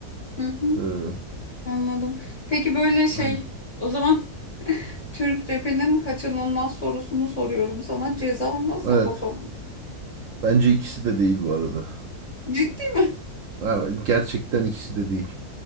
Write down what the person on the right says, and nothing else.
Ee,
aynen.
evet.
Bence ikisi de değil bu arada.
Yani gerçekten ikisi de değil.